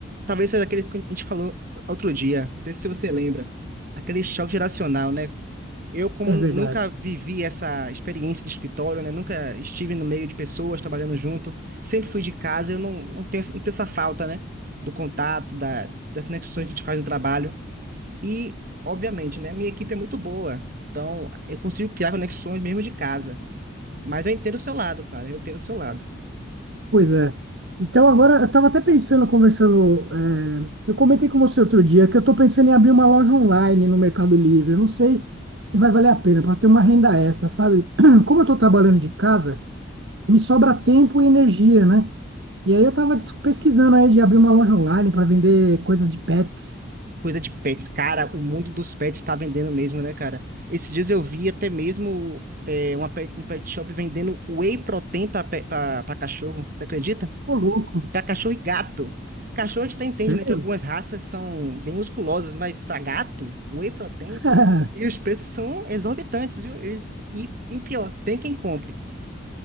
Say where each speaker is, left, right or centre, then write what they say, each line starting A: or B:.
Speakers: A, on the right (about 45°); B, on the right (about 65°).
A: Talvez seja daquele que a gente falou outro dia, não sei se você lembra. Aquele choque geracional, né? Eu, como
B: É verdade.
A: nunca vivi essa experiência de escritório, né? Nunca estive no meio de pessoas trabalhando junto, sempre fui de casa, eu não, não tenho, não tenho essa falta, né? Do contato, da, das conexões que a gente faz no trabalho. E, obviamente, né? Minha equipe é muito boa, então eu consigo criar conexões mesmo de casa. Mas eu entendo o seu lado, cara, eu entendo o seu lado.
B: Pois é. Então, agora, eu estava até pensando, conversando. eh, eu comentei com você outro dia que eu estou pensando em abrir uma loja online no Mercado Livre. Eu não sei se vai valer a pena para ter uma renda extra, sabe? <clears throat> Como eu estou trabalhando de casa, me sobra tempo e energia, né? E aí eu estava pesquisando aí de abrir uma loja online para vender coisas de pets.
A: Coisa de pets. Cara, o mundo dos pets tá vendendo mesmo, né, cara? Esses dias eu vi até mesmo é, uma pet- um pet shop vendendo whey protein pra, pe- pra, pra cachorro. Você acredita?
B: Ô, louco,
A: Pra cachorro e gato. Cachorro a gente até entende,
B: sério?
A: né, que algumas raças são bem musculosas, mas pra gato, whey protein.
B: <laughs>
A: E os preços são exorbitantes, viu? Eles, e, e o pior, tem quem compre.